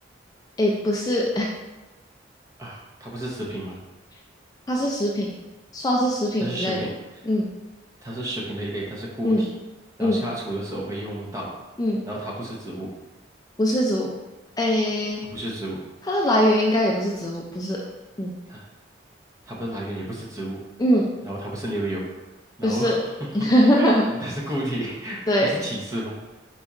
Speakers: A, on the left; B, on the right.
A: 诶，不是，
B: 啊，它不是食品嘛？
A: <laughs> <sighs> 它是食品，算是食品一类，
B: 它是食品，
A: 嗯
B: 它是食品的一类，它是固体，
A: 嗯
B: 然后下厨的时候会用到，
A: 嗯嗯，
B: 然后它不是植物，
A: 不是植物，诶，
B: 它不是植物，
A: 它的来源应该也不是植物，不是，嗯
B: 它它不是来源，也不是植物，
A: 嗯，
B: 然后它不是牛油，然后
A: 不是，
B: <laughs>
A: <laughs>
B: 它是固体，
A: 对，
B: 它是起司吧